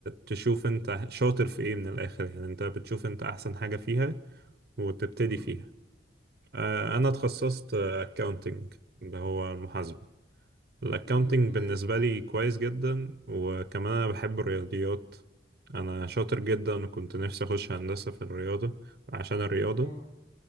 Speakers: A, on the right (about 55°); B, on the left (about 55°).
A: تشوف انت شاطر في ايه من الاخر يعني انت بتشوف انت احسن حاجة فيها وتبتدي
B: امم
A: فيها آه، انا اتخصصت اكاونتنج اللي هو المحاسبة الاكاونتنج
B: امم تمام
A: بالنسبة لي كويس جدا وكمان انا بحب الرياضيات انا شاطر جدا وكنت نفسي اخش هندسة في الرياضة عشان الرياضة
B: اه